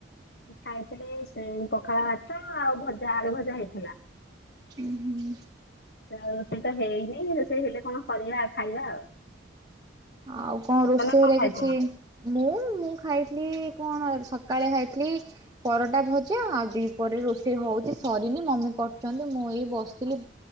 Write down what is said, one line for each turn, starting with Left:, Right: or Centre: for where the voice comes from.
Left: ଖାଇଥିଲେ ସେ ପଖାଳ ମାଛ ଆଉ ଭଜା ଆଳୁ ଭଜା ହେଇଥିଲା
Right: ହୁଁ
Left: ଆଉ ସେଇ ତ ହେଇନି ର ସେ ହେଲେ କଣ କରିବା ଖାଇବା ଆଉ
Right: ଆଉ କଣ ରୋଷେଇ
Left: ତମେ
Right: ହେରେ
Left: କଣ ଖାଇଥିଲ
Right: କିଛି ମୁଁ ମୁଁ ଖାଇଥିଲି କଣ ସକାଳେ ଖାଇଥିଲି ପରଟା ଭଜା ଆଉ ଦିପ ରୋଷେଇ ହଉଛି ସରିନି ମମି କ ଛନ୍ତି ମୁଁ ଏଇ ବସିଥିଲି